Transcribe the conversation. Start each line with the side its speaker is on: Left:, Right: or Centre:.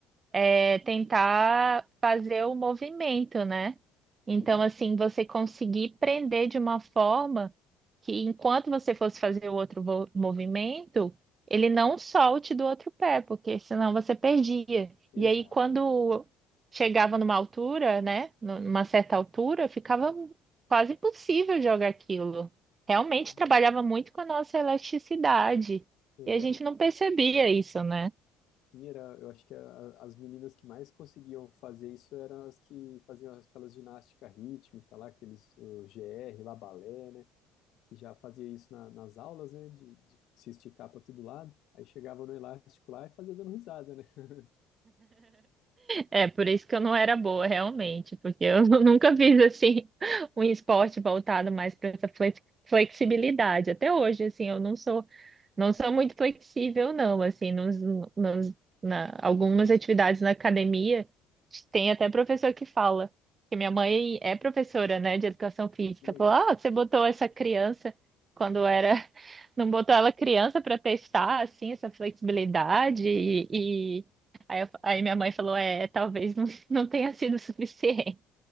Right: é, tentar fazer o movimento, né? Então,
Left: Sim,
Right: assim, você conseguir prender de uma forma que enquanto você fosse fazer o outro vo- movimento, ele não solte do outro pé, porque senão você perdia.
Left: exato.
Right: E aí, quando chegava numa altura, né? nu- Numa certa altura, ficava quase impossível jogar aquilo. Realmente
Left: Sim.
Right: trabalhava muito com a nossa elasticidade.
Left: É,
Right: E a gente não percebia isso, né?
Left: sim, era, eu acho que a- as meninas que mais conseguiam fazer isso eram as que faziam aquelas ginástica rítmica lá, aqueles o GR, lá balé, né? Que já fazia isso na- nas aulas, né? De, de se esticar para todo lado. Aí chegava no elástico lá e fazia dando risada, né? <laughs>
Right: É, por isso que eu não era boa, realmente, porque eu <laughs> nunca fiz assim um esporte voltado mais para essa flex- flexibilidade. Até hoje, assim, eu não sou não sou muito flexível, não, assim, nos, nos- na, algumas atividades na academia tem até professor que fala, que minha mãe é professora, né, de educação física,
Left: Que legal.
Right: falou, ah, você botou essa criança quando era, <laughs> não botou ela criança para testar, assim, essa flexibilidade
Left: <laughs>
Right: e Aí, eu- aí minha mãe falou, é, talvez não, <laughs> não tenha sido suficiente.